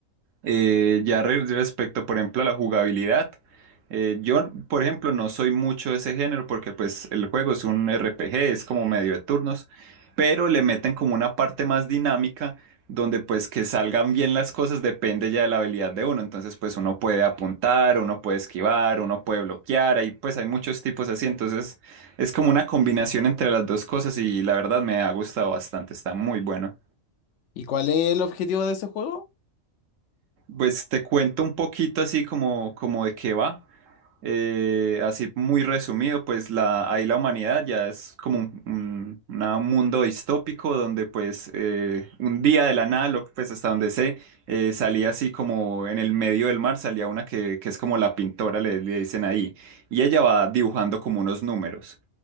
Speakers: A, on the right; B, on the left.
A: Eh, ya re- respecto, por ejemplo, a la jugabilidad, eh, yo, por ejemplo, no soy mucho de ese género porque pues el juego es un RPG, es como medio de turnos, pero le meten como una parte más dinámica donde pues que salgan bien las cosas depende ya de la habilidad de uno, entonces pues uno puede apuntar, uno puede esquivar, uno puede bloquear, ahí pues hay muchos tipos así, entonces es como una combinación entre las dos cosas y la verdad me ha gustado bastante, está muy bueno.
B: ¿Y cuál es el objetivo de ese juego?
A: Pues te cuento un poquito así como, como de qué va. Eh, así muy resumido, pues la, ahí la humanidad ya es como un, un- una- un mundo distópico donde pues eh, un día de la nada, lo, pues hasta donde sé, eh, salía así como en el medio del mar, salía una que, que es como la pintora, le, le dicen ahí, y ella va dibujando como unos números.